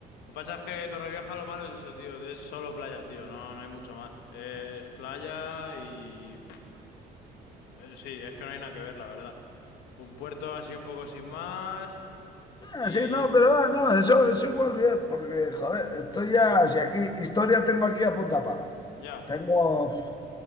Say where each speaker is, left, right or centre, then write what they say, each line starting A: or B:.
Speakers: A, on the left (about 85°); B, on the left (about 25°).
A: Lo que pasa es que Torrevieja lo malo es eso, tío. Es solo playa, tío. No, no hay mucho más. Es playa y... pff, eh, sí, es que no hay nada que ver, la verdad. Un puerto así un poco sin más
B: Ah,
A: y...
B: sí, no, pero ah, no, eso es igual bien, porque, joder, estoy ya. Si aquí, historia tengo aquí a punta pala.
A: Ya,
B: Tengo.